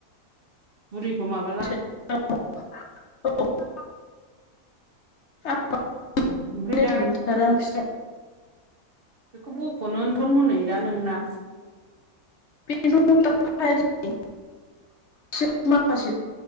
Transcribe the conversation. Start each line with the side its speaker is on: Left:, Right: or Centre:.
Right: बुरैखौ माबाला
Left: <unintelligible> <unintelligible>
Right: ओमफ्राय
Left: बिसिनाव
Right: दा बेखौ बख'नोथन हनै दा नोंना
Left: <unintelligible> एसे माखासे